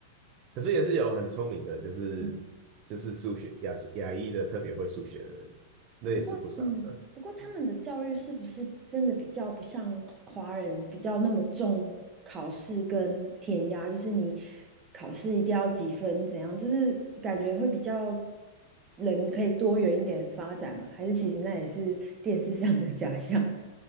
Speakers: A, on the right; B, on the right.
A: 可是也是有很聪明的，就是就是数学亚亚裔的特别会数学的人，
B: 嗯，
A: 那也是不少的。
B: 不过嗯，不过他们的教育是不是真的比较不像华人比较那么重考试跟填鸭？就是你考试一定要几分怎样？就是感觉会比较人可以多元一点发展嘛？还是其实那也是电视上的假象